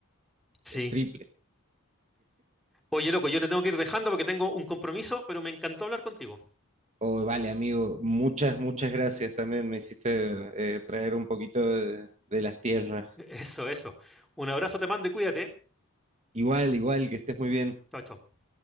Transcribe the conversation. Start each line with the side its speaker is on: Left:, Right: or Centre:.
Centre: sí.
Right: el triple.
Centre: Oye, loco, yo te tengo que ir dejando porque tengo un compromiso, pero me encantó hablar contigo.
Right: Oh, vale, amigo, muchas, muchas gracias también. Me hiciste eh, traer un poquito de, de las tierras.
Centre: <laughs> Eso, eso. Un abrazo te mando y cuídate.
Right: Igual, igual, que estés muy bien.
Centre: Chao, chao.